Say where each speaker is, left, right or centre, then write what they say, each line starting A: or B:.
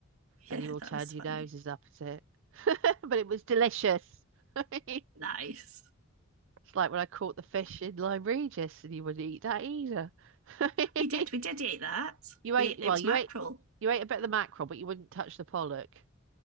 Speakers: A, on the right (about 85°); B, on the right (about 60°).
A: Yeah,
B: and you all
A: that
B: turned
A: was
B: your
A: funny.
B: noses up at it. <laughs> But it was delicious. <laughs> It's
A: Nice.
B: like when I caught the fish in Lyme Regis and you wouldn't eat that either. <laughs>
A: We did. We did eat that.
B: You ate,
A: We ate,
B: well,
A: it was
B: you
A: mackerel.
B: ate, you ate a bit of the mackerel, but you wouldn't touch the pollock.